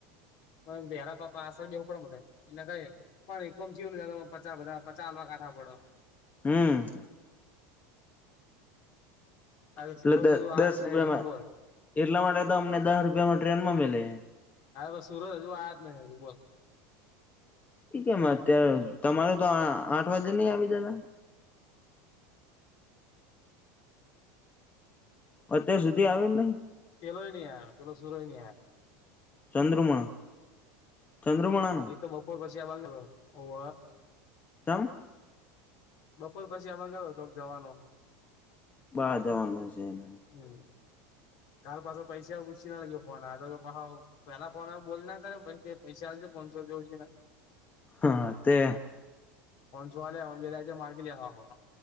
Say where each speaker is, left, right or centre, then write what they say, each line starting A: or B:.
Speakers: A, on the left; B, on the left.
A: પણ પેલા તો પાછળ બેસવું પડે બધાને એને ક પણ ઈકોમા જાયેને પચાસ વધાર આપવા ચાલ કાઠા પડો
B: હમ
A: અરે
B: એટલે
A: સુરજ હજુ
B: દસ
A: આ જ નહી
B: રૂપિયામાં
A: હજુ બોલ
B: એટલા માટે તો અમને દસ રૂપિયામાં ટ્રેનમાં મલે
A: હા બસ સુરત હજુ આયા જ નહી બોલ
B: એ કેમ અત્યારે તમારે તો આઠ વાગે નઈ આવી જતા અત્યાર સુધી આવ્યો નહી
A: પેલો હો નહી આયા પેલો સુરો નિ યાય
B: ચંદ્રમણ ચંદ્રમાણા
A: એ તો બપોર પછી આ બાંગ્લોર ઓવ
B: તમ
A: બપોર પછી આબાગ તો જવાનો
B: બાર જવાનું છે એ
A: હમ કાલ પાછા પૈસા ઉછીના લયો ફોન તો પાહો પેલા ફોન આયો બોલના કરે પછ પૈસા આવજે પાનસો રૂપિયા ઉશીના
B: હા તે
A: પાનસો આલિયા <unintelligible> માર્ગે લેવા